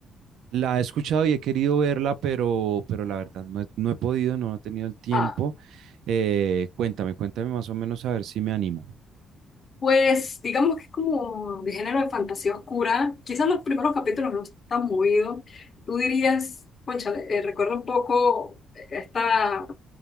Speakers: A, on the right (about 80°); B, on the left (about 40°).
A: La he escuchado y he querido verla, pero, pero la verdad no he, no he podido, no he tenido el tiempo.
B: Ah,
A: Eh, cuéntame, cuéntame más o menos a ver si me animo.
B: pues digamos que es como de género de fantasía oscura. Quizás los primeros capítulos no están movidos. Tú dirías, cónchale, eh, recuerda un poco esta,